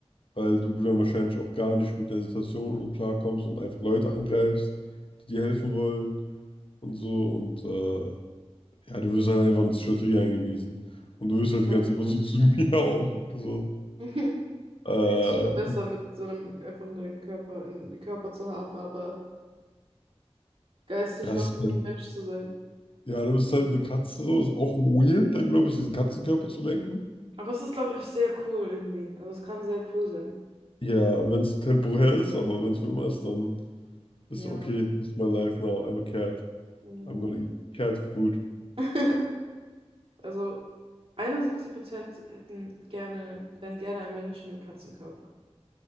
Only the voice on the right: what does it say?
wahrscheinlich.
<laughs>
Nee, Es ist schon besser, mit so einem einfach nur den Körper, in, den Körper zu haben, aber geistig
noch
irgendwie
ein Mensch zu sein.
Aber es ist, glaube ich, auch sehr cool irgendwie. Also es kann sehr cool sein.
Ja.
Ja.
<laughs> Also 71% hätten gerne, wären gerne ein Mensch in einem Katzenkörper.